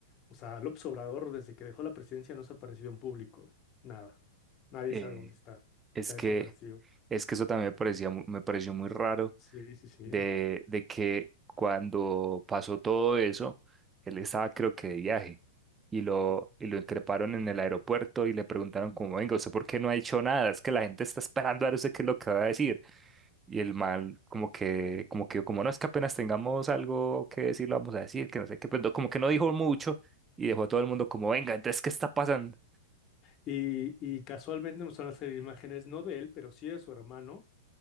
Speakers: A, on the left (about 35°); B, on the right (about 15°).
A: o sea, López Obrador desde que dejó la presidencia no se ha aparecido en público, nada. Nadie
B: Eh,
A: sabe dónde está.
B: es
A: Está
B: que,
A: desaparecido.
B: es que eso también me parecía, mu- me pareció muy raro
A: Sí, sí, sí.
B: de, de que cuando pasó todo eso, él estaba creo que de viaje y lo, y lo increparon en el aeropuerto y le preguntaron como, venga, ¿usted por qué no ha dicho nada? Es que la gente está esperando a ver usted qué es lo que va a decir. Y el mal como que, como que, como no es que apenas tengamos algo que decir, lo vamos a decir, que no sé qué, pero no- como que no dijo mucho y dejó a todo el mundo como, venga, entonces, ¿qué está pasando?
A: Y, y casualmente empezaron a hacer imágenes, no de él, pero sí de su hermano